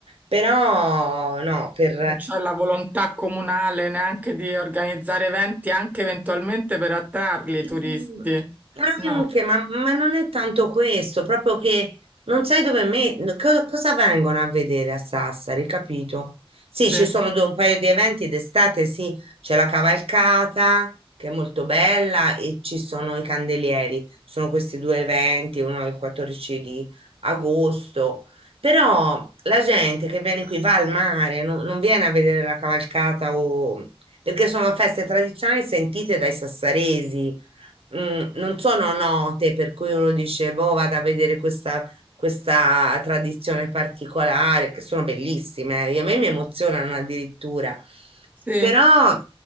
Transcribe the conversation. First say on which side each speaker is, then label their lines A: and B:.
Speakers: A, on the right; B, on the right.
A: Però, no, per,
B: Non c'è la volontà comunale neanche di organizzare eventi, anche eventualmente per attrarli i turisti.
A: Mm,
B: No,
A: Anche, ma, ma non è tanto questo, proprio che non sai dove me, co- cosa vengono a vedere a Sassari, capito? Sì,
B: sì,
A: ci sono due- un paio di eventi d'estate, sì, c'è la cavalcata che è molto bella e ci sono i candelieri, sono questi due eventi, uno il 14 di agosto, però la gente che viene qui va al mare, non non viene a vedere la cavalcata o perché sono feste tradizionali sentite dai sassaresi mm, non sono note per cui uno dice, boh, vado a vedere questa, questa tradizione particolare, che sono bellissime, eh, io- a me mi emozionano addirittura.
B: sì,
A: Però